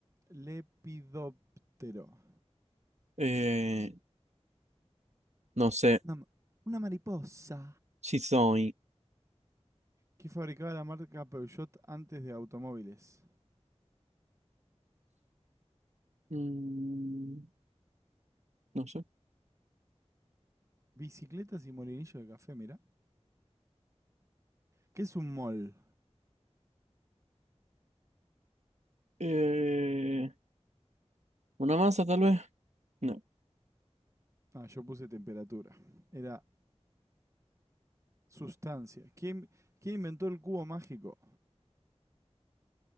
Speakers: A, on the right; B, on the right.
A: lepidóptero.
B: Eh, no sé.
A: Una, ma- una mariposa.
B: Si soy.
A: Que fabricaba la marca Peugeot antes de automóviles.
B: Mm, no sé.
A: Bicicletas y molinillo de café, mira. ¿Qué es un mol?
B: Eh, una masa, tal vez. No.
A: Ah, yo puse temperatura. Era sustancia. ¿Quién, ¿Quién inventó el cubo mágico?